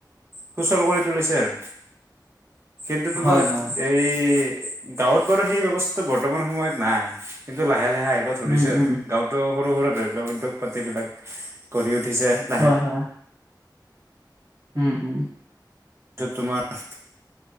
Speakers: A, on the right; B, on the right.
A: সুচল কৰি তুলিছে আৰু। কিন্তু তোমাৰ
B: হয়, হয়,
A: এই গাঁৱত বাৰু সেই ব্যৱস্থাটো বৰ্তমান - বৰ্তমান সময়ত নাই, কিন্তু লাহে লাহে আহিব ধৰিছে
B: উম,
A: আৰু
B: উম,
A: গাঁৱত - টো সৰু সুৰা ধৰি লওক উদ্যোগ পাতি বিলাক গঢ়ি উঠিছে। লাহে
B: হয়, হয়। উম, উম।
A: টো তোমাৰ -